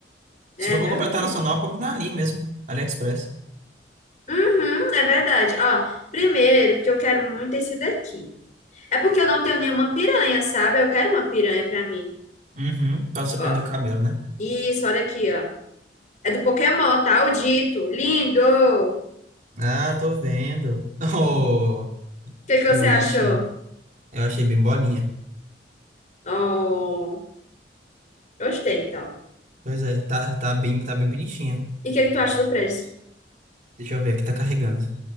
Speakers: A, on the left; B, on the right.
A: É,
B: Se for
A: meu
B: pra comprar internacional,
A: filho.
B: eu compro na Ali mesmo. AliExpress.
A: Uhum, é verdade. Ó, primeiro que eu quero muito esse daqui. É porque eu não tenho nenhuma piranha, sabe? Eu quero uma piranha pra mim.
B: Uhum. Pra você
A: Ó,
B: prender o cabelo, né?
A: isso, olha aqui, ó. É do Pokémon, tá? O Dito. Lindo! O
B: Ah, tô vendo. <laughs> Oh,
A: que que
B: que
A: você
B: bonitinho.
A: achou?
B: Eu achei bem bolinha.
A: Oh, gostei, então.
B: Pois é, tá, tá bem, tá bem bonitinha.
A: E o que que tu acha do preço?
B: Deixa eu ver aqui, tá carregando.